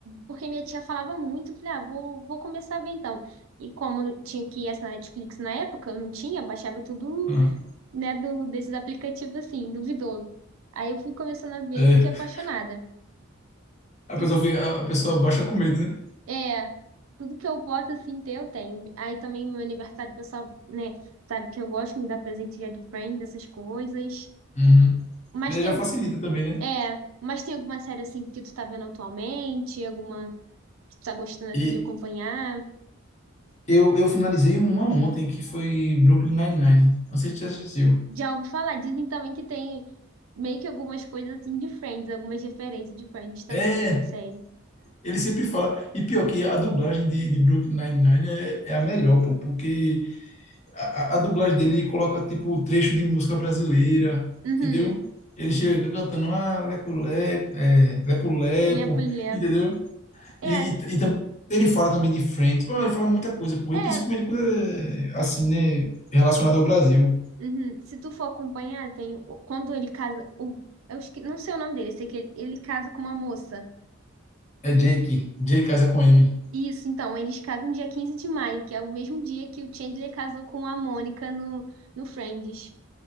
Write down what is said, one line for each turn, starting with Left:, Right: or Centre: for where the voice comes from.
Right: porque minha tia falava muito, eu falei, ah, vou, vou começar a ver então. E como não tinha que ir essa Netflix na época, eu não tinha, baixava tudo,
Left: Aham.
Right: né, do, desses aplicativos assim, duvidoso. Aí eu fui começando a ver
Left: É,
Right: e fiquei apaixonada.
Left: a
Right: Tudo,
Left: pessoa fica, a a pessoa baixa com medo, né?
Right: é, tudo que eu posso, assim, ter, eu tenho. Aí também no meu aniversário, o pessoal, né, sabe que eu gosto, me dá presente de Friends, essas coisas.
Left: Uhum.
Right: Mas
Left: É,
Right: tem
Left: já facilita também, né?
Right: É, mas tem alguma série assim que tu tá vendo atualmente? Alguma que tu tá gostando assim
Left: E
Right: de acompanhar?
Left: eu, eu finalizei uma ontem que foi Brooklyn Nine-Nine. Não sei se você já assistiu.
Right: Já ouvi falar, dizem também que tem meio que algumas coisas assim de Friends, algumas referências de Friends também
Left: É,
Right: dessa série.
Left: ele sempre fala. E pior que a dublagem de, de Brooklyn Nine-Nine é, é a melhor, pô, porque A, a dublagem dele coloca tipo trecho de música brasileira,
Right: Uhum,
Left: entendeu? Ele chega cantando ah, leco, leco, é, lepo, lepo,
Right: lepo, lepo.
Left: entendeu?
Right: É,
Left: E, e, e tam- ele fala também de Friends. Oh, ele fala muita coisa, pô, e
Right: é,
Left: principalmente quando é assim, né, relacionado ao Brasil.
Right: uhum. Se tu for acompanhar, tem quando ele casa, o, eu esque- não sei o nome dele, eu sei que ele, ele casa com uma moça.
Left: É Jake, Jake casa com M.
Right: Isso, então, eles casam dia 15 de maio, que é o mesmo dia que o Chandler casou com a Mônica no, no Friends.